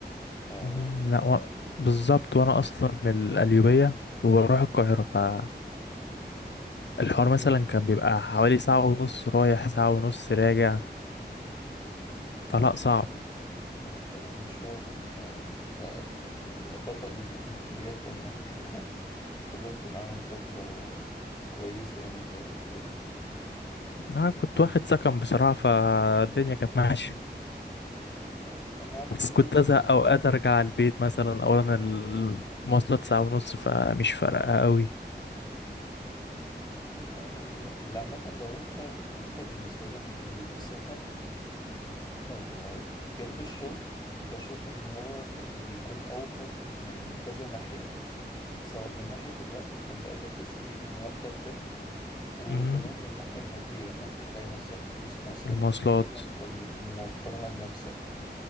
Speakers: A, on the left; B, on the left.
A: آه،
B: مهم. لا و... بالظبط
A: مم.
B: وانا اصلا من القليوبيه وبروح القاهره فالحوار
A: المشوار
B: مثلا كان بيبقى حوالي ساعه ونص رايح ساعه ونص راجع
A: هو فعلا
B: فلا صعب
A: مشوار لا فعلا مشوار انت انت بطل <laughs> بجد انك <laughs> فضلت معاهم فترة كويسة يعني زي ما بتقولي
B: انا كنت واخد سكن بصراحه فالدنيا كانت ماشيه
A: اه انا عملت
B: بس كنت
A: كده
B: ازهق اوقات ارجع على البيت مثلا اولا المواصلات ساعه ونص فمش فارقه قوي
A: هي ال- اللي عامة لو انت لو انت بالنسبة لك السكن آه جنب الشغل بشوف ان هو بيكون اوفر من كذا ناحية سواء من ناحية الوقت فانت قادر تستفيد من وقتك ده وكمان
B: مم.
A: من الناحية المادية إنك بتلاقي نفسك فلوس مواصلات
B: المواصلات
A: كتير أنت م- موفرها لنفسك